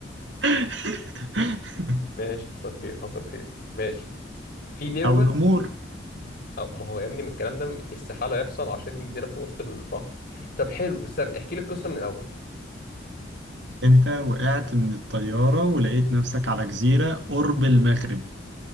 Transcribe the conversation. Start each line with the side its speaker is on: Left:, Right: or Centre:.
Right: <laughs>
Left: ماشي حصل خير حصل خير ماشي في دببة
Right: او نمور
Left: أو ما هو يا ابني من الكلام ده استحالة يحصل عشان دي جزيرة في نص البحر طب حلو استنى احكي لي القصة من الأول
Right: انت وقعت من الطيارة ولقيت نفسك على جزيرة قرب المغرب